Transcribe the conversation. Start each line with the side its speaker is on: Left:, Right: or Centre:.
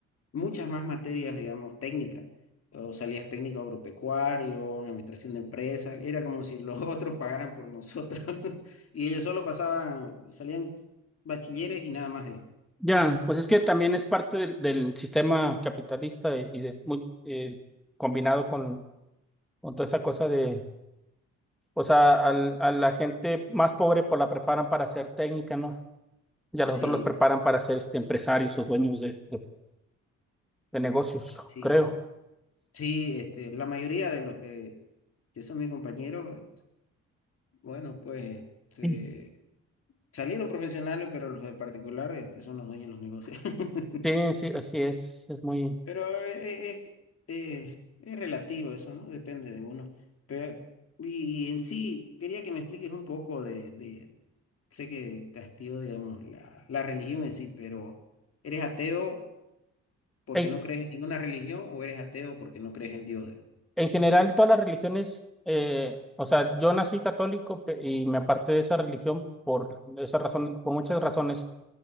Left: muchas más materias, digamos, técnicas. O salidas técnico agropecuario, administración de empresas. Era como si los <laughs> otros pagaran por nosotros. <laughs> Y ellos solo pasaban, salían bachilleres y nada más, digamos.
Centre: Ya, pues es que también es parte del, del sistema capitalista y, y de, muy, eh, combinado con, con toda esa cosa de O sea, al- a la gente más pobre pues la preparan para ser técnica, ¿no? Y a los
Left: Sí,
Centre: otros los preparan para ser este, empresarios o dueños de, de- de negocios,
Left: así
Centre: creo.
Left: es. Sí, este, la mayoría de los que, que son mis compañeros, eh, bueno, pues este,
Centre: Sí,
Left: salieron profesionales, pero los de particular este, son los dueños de los negocios. <laughs>
Centre: sí, sí, así es. Es muy...
Left: Pero eh, eh, eh, es relativo eso, ¿no? Depende de uno. Pero, y en sí, quería que me expliques un poco de, de- sé que te hastió, digamos, la, la religión en sí, pero ¿eres ateo porque
Centre: En,
Left: no crees en ninguna religión o eres ateo porque no crees en Dios?
Centre: en general, todas las religiones, eh, o sea, yo nací católico pe- y me aparté de esa religión por esa razón, por muchas razones.